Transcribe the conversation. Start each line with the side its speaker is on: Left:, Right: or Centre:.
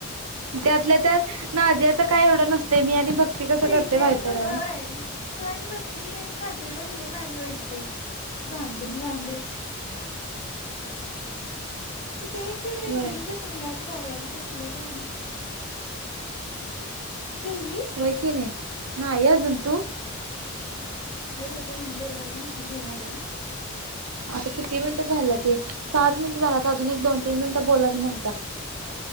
Right: त्यातल्या त्यात नादीया तर काय एवढं नसते मी आणि भक्ती कसं
Left: प्रीती
Right: करते माहिती
Left: आणि बघ
Right: आहे
Left: हयो
Right: नव्ह
Left: तु आणि भक्ती. खातीला लय भारी वाटते भांडून भांडून ते एक मेंबरीज
Right: व्हय
Left: राहणार कायम कसल्या भारी जेवलीस?
Right: होय कि नाही नाई अजून तु
Left: नाही बाई कुठलं जेवतोय मम्मी बोलावल्या नव्ह जेवायला
Right: आता किती मिनिटं झाला ते सात मिनिट झाल्यात अजून एक दोन तीन मिनिटं बोल आणि मग जा